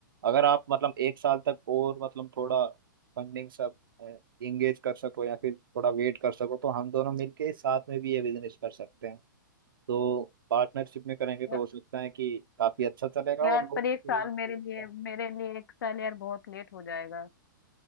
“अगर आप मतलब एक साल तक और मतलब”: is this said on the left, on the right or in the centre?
Right